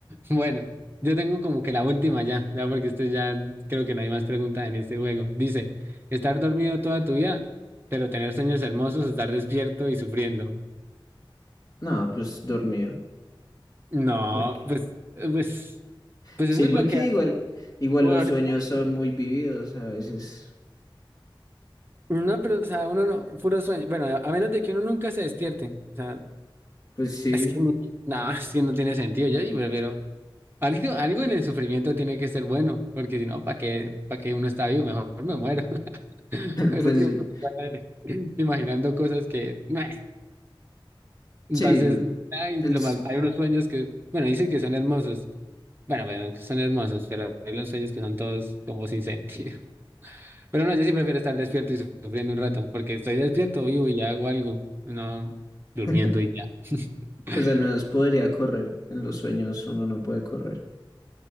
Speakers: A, on the right (about 25°); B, on the left (about 40°).
A: Bueno, yo tengo como que la última ya, ya porque esto ya creo que no hay más preguntas en este juego. Dice, estar dormido toda tu vida, pero tener sueños hermosos, estar despierto y sufriendo.
B: No, pues dormido.
A: No,
B: Porque,
A: pues, eh, pues, pues
B: sí,
A: eso es
B: porque
A: lo que
B: igual, igual
A: ahorita-
B: los sueños son muy vividos a veces.
A: No, pero o sea, uno no, puro sueño. Bueno, a, a menos de que uno nunca se despierte. O sea,
B: Pues sí,
A: es que no, no, es que no tiene sentido. Yo sí prefiero. Algo, algo en el sufrimiento tiene que ser bueno, porque si no, ¿para qué, para qué uno está vivo? Mejor me muero. <laughs>
B: <laughs>
A: Pero
B: pues
A: es que
B: sí.
A: <laughs> me está imaginando cosas que, meh. Entonces,
B: Sí, el,
A: hay,
B: el
A: lo
B: s-
A: mal, hay unos sueños que, bueno, dicen que son hermosos. Bueno, bueno, que son hermosos, pero hay unos sueños que son todos como sin sentido. <laughs> Pero no, yo sí prefiero estar despierto y sufriendo un rato, porque estoy despierto, vivo y hago algo, no durmiendo
B: <laughs>
A: y ya. <laughs>
B: pues al menos podría correr. En los sueños uno no puede correr.